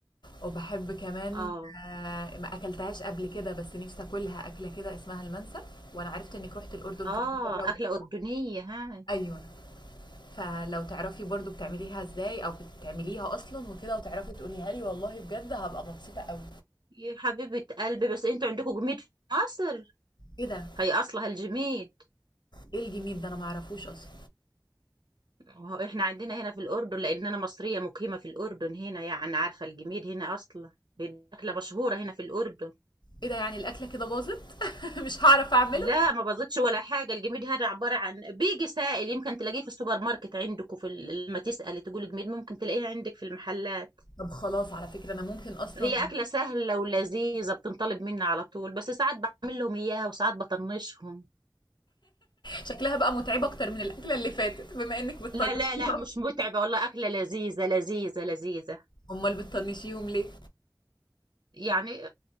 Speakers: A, on the left; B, on the right.
A: وبحب كمان
B: اه
A: آه ما اكلتهاش قبل كده بس نفسي اكلها اكله كده اسمها المنسف وانا عرفت انك رحت الاردن
B: اه
A: كذا مره وكده
B: أكلة أردنية هاي
A: ايوه فلو تعرفي برضو بتعمليها ازاي او بتعمليها اصلا وكده وتعرفي تقوليها لي والله بجد هبقى مبسوطة قوي
B: يا حبيبة قلبي بس انتوا عندكم جميد في مصر
A: ايه ده
B: هي أصلها الجميد
A: ايه الجميل ده انا معرفوش اصلا
B: وهو احنا عندنا هنا في الأردن لأن أنا مصرية مقيمة في الأردن هنا يعني عارفة الجميد هنا أصلا دي أكلة مشهورة هنا في الأردن
A: ايه ده يعني الاكله كده باظت <laughs> مش هعرف اعمله
B: لا ما بزيدش ولا حاجة الجميد هذا عبارة عن بيجي سائل يمكن تلاقيه في السوبر ماركت عندكم في ال- لما تسألي تقولي جميد ممكن تلاقيه عندك في المحلات
A: طب خلاص على فكرة انا ممكن اصلا
B: هي أكلة سهلة ولذيذة بتنطلب مني على طول بس ساعات بعمل لهم إياها وساعات بطنشهم
A: شكلها بقى متعبة اكتر من الاكلة اللي فاتت بما انك بتطنشيهم
B: لا لا لا مش متعبة والله أكلة لذيذة لذيذة لذيذة
A: امال بتطنشيهم ليه
B: يعني